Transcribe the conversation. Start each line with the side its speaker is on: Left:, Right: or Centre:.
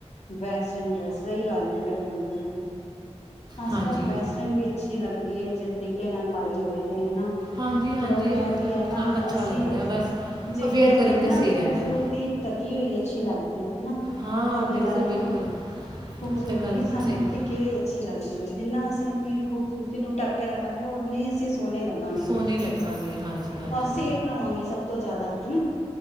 Left: ਵੈਸਟਰਨ ਡੈ ਸਹੀ ਗੱਲ ਹੈ ਬਿਲਕੁਲ ਬਿਲਕੁਲ ਬਿਲਕੁਲ ਅੱਜ
Right: ਹਾਂਜੀ
Left: ਕੱਲ ਵੈਸਟਰਨ ਵੀ ਅੱਛੀ ਲੱਗਦੀ ਹੈ ਜੇ ਤਰੀਕੇ ਨਾਲ ਪਾਈ ਹੋਵੇ ਹਨਾ
Right: ਹਾਂਜੀ ਹਾਂਜੀ
Left: ਬਟ ਇਹ
Right: ਅੱਜ
Left: ਵੀ
Right: ਕੱਲ੍ਹ
Left: ਹੈ ਨਾ
Right: ਸਭ ਅੱਛਾ
Left: ਅਸੀਂ
Right: ਲੱਗਦਾ ਹੈ ਬਸ
Left: ਜਿਹੜੀ
Right: ਅਵੇਅਰ
Left: ਕਹਿੰਦੇ
Right: ਕਰਨ
Left: ਨੇ
Right: ਤੇ
Left: ਨਾ
Right: ਸਹੀ
Left: ਖੂਬਸੂਰਤੀ
Right: ਰਹਿੰਦਾ ਹੈ।
Left: ਟਕੀ ਹੋਈ ਅੱਛੀ ਲੱਗਦੀ ਹੈ ਹਨਾ
Right: ਹਾਂ
Left: ਇਹ ਵੀ
Right: ਬਿਲਕੁਲ
Left: ਗੱਲ ਹੈ ਨਾ
Right: ਬਿਲਕੁਲ
Left: ਖੂਬਸੂਰਤੀ
Right: ਉਹ ਤਾਂ ਗੱਲ
Left: ਵੀ ਸਾਨੂੰ
Right: ਸਹੀ ਹੈ
Left: ਟਕੀ ਹੋਈ ਅ ਜਿੰਨਾ ਅਸੀਂ ਆਪਣੀ ਖੂਬਸੂਰਤੀ ਨੂੰ ਡਢੱਕ ਕੇ ਰੱਖਾਂਗੇ ਉ ਹੀ ਅਸੀਂ ਸੋਹਣੇ ਲੱਗਾਂਗੇ
Right: ਸੋਹਣੇ ਲੱਗਾਂਗੇ ਹਾਂਜੀ ਹਾਂਜੀ
Left: ਹਾਂ ਸੇਫ ਰਵਾਂਗੇ ਸਭ ਤੋਂ ਜ਼ਿਆਦਾ ਹਨਾ